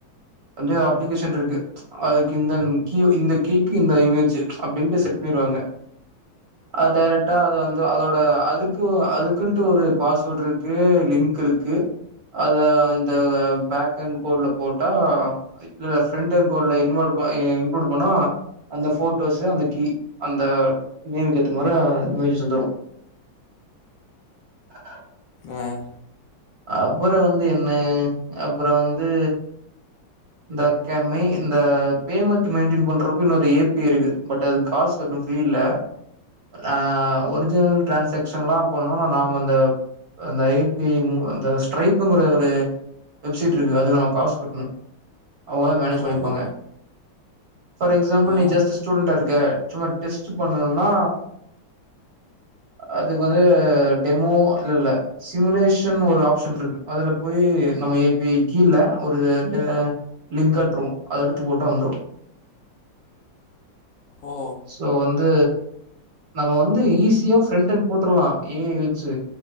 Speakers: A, on the right; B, on the left.
A: வந்து அப்ளிகேஷன் இருக்கு அதுக்கு இந்த க்யூ இந்த கீக்கு இந்த இமேஜூ அப்டின்ட்டு செட் பண்ணிருவாங்க அத டைரக்ட வந்து அதோட அதுக்கு அதுக்குன்ட்டு ஒரு பாஸ்வேர்ட் இருக்கு லிங்க் இருக்கு அத இந்த பேக்கண்ட் கோட்ல போட்டா இல்லல்ல ஃப்ரண்ட்டண்ட் கோட்ல இன்வால்வ் ப இன்க்ளூட் பண்ணா அந்த ஃபோட்டோஸு அந்த கீ அந்த நேமுக்கு ஏத்த மார இமேஜஸ் வந்துரு ஹஹ
B: ஆஹ்
A: அப்புறம் வந்து என்ன அப்புறம் வந்து இந்தகமே இந்த பேமெண்ட் மெயின்டென் பண்றக்கும் இன்னொரு ஏபிஐ இருக்கு பட் அதுக்கு காசு கட்டணும் ஃப்ரீ இல்ல ஆஹ் ஒரிஜினல் டிரான்சாக்க்ஷன்ல்லா பண்ணு நாம அந்த அந்த ஏபிஐ அந்த ஸ்ட்ரைப்புங்கிற ஒரு வெப்சைட் இருக்கு அதுக்கு நம்ம காசு கட்டணு அவங்களா மேனேஜ் பண்ணிப்பாங்க
B: ஓஹோ
A: ஃபார் எக்ஸாம்பிள்
B: ஆ
A: நீ ஜஸ்ட் ஸ்டூடண்டா இருக்க சும்மா டெஸ்ட் பண்ணும்னா அதுக்கு வந்து டெமோ இல்ல இல்ல சிமுலேஷன் ஒரு ஆப்ஷன் இருக்கு அதுல போய் நம்ம ஏபி கீழ ஒரு அத லிங்க் காட்ரும் அத எடுத்து போட்டா வந்துரும்
B: ஓ
A: சோ வந்து நம்ம வந்து ஈஸியா ஃபிரண்ட் எண்ட் போட்ரலாம் ஏ ஐ வச்சு